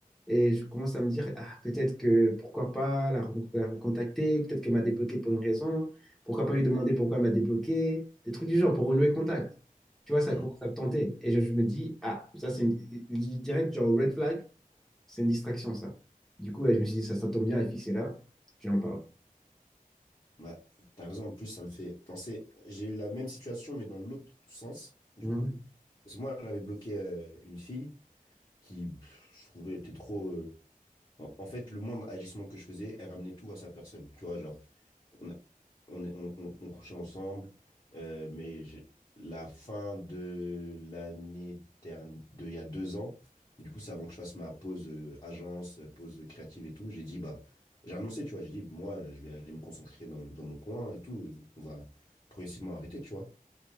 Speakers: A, in the centre; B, on the left (about 35°).
A: Et je commence à me dire, ah, peut-être que, pourquoi pas la, re- la recontacter, peut-être qu'elle m'a débloqué pour une raison, pourquoi pas lui demander pourquoi elle m'a débloqué, des trucs du genre, pour renouer contact. Tu vois, ça
B: Mm.
A: commence à me tenter. Et je, je me dis, ah, ça c'est une, direct, genre red flag, c'est une distraction, ça. Du coup, ouais, je me suis dit, ça, ça tombe bien, elle est fixée là, je lui en parle.
B: Bah, t'as raison, en plus, ça me fait penser, j'ai eu la même situation, mais dans l'autre sens, du
A: Mhm.
B: coup. Parce que moi, j'avais bloqué euh, une fille qui, pff, je trouvais, était trop... euh, En en fait, le moindre agissement que je faisais, elle ramenait tout à sa personne. Tu vois, genre... On on, est- on, on, on couchait ensemble, euh, mais j'ai- la fin de l'année dernière, de, il y a deux ans, du coup, c'est avant que je fasse ma pause euh, agence, euh, pause créative et tout, j'ai dit, bah, j'ai annoncé, tu vois, j'ai dit, moi, je vais aller me concentrer dans, dans mon coin et tout, on va progressivement arrêter, tu vois.